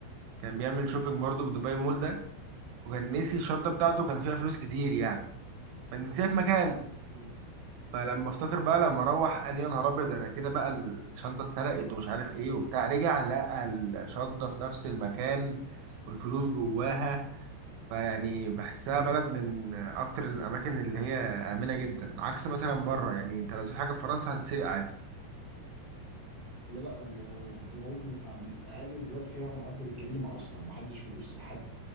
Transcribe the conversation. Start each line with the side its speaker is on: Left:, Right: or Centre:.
Right: كان بيعمل شوبينج برضه في دبي مول ده وكان نسي الشنطه بتاعته كان فيها فلوس كتير يعني فنسيها في مكان
Left: اوكي
Right: فلما افتكر بقى لما روح قال يا نهار ابيض انا كده بقى الشنطه اتسرقت ومش عارف ايه وبتاع رجع لقى الشنطه في نفس المكان والفلوس جواها فيعني بحسها بلد من اكتر الاماكن اللي هي امنه جدا عكس مثلا بره يعني انت لو تشوف حاجه في فرنسا هتتسرق عادي
Left: لا لا ال- دبي بيبقى من اقل البلاد فيها معدل الجريمه اصلا ما حدش بيبص لحد ما